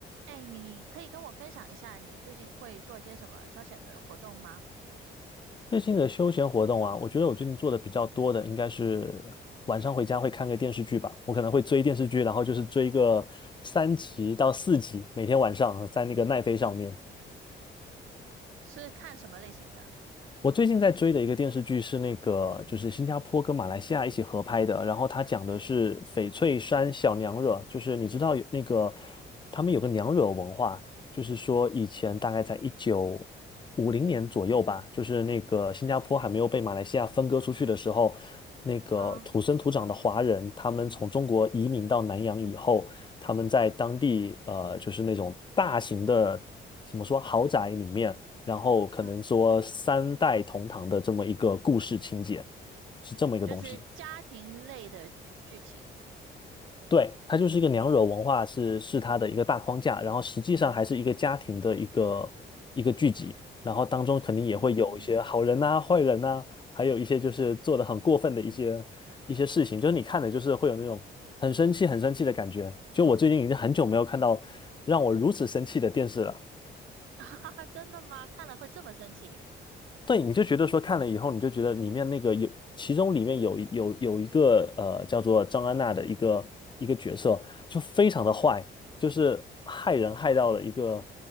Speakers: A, on the right; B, on the left.
A: 哎，你可以跟我分享一下你最近会做一些什么消遣的活动吗？
B: 最近的休闲活动啊，我觉得我最近做的比较多的应该是晚上回家会看个电视剧吧。我可能会追电视剧，然后就是追个三集到四集，每天晚上在那个奈飞上面。
A: 是看什么类型的？
B: 我最近在追的一个电视剧是那个，就是新加坡跟马来西亚一起合拍的，然后它讲的是翡翠山小娘惹，就是你知道有那个他们有个娘惹文化，就是说以前大概在一九五零年左右吧，就是那个新加坡还没有被马来西亚分割出去的时候，那个土生土长的华人，
A: 啊，
B: 他们从中国移民到南洋以后，他们在当地呃就是那种大型的怎么说豪宅里面。然后可能说三代同堂的这么一个故事情节，
A: 嗯，
B: 是这么一个东西。
A: 就是家庭类的剧情。
B: 对，它就是一个娘惹文化是是它的一个大框架，然后实际上还是一个家庭的一个一个聚集，然后当中肯定也会有一些好人呐、
A: 嗯，
B: 坏人呐、还有一些就是做的很过分的一些一些事情，就是你看的就是会有那种很生气、很生气的感觉。就我最近已经很久没有看到让我如此生气的电视了。
A: <laughs> 哈哈真的吗？看了会这么生气？
B: 对，你就觉得说看了以后，你就觉得里面那个有，其中里面有一有有一个呃叫做张安娜的一个一个角色，就非常的坏，
A: 嗯，
B: 就是害人害到了一个，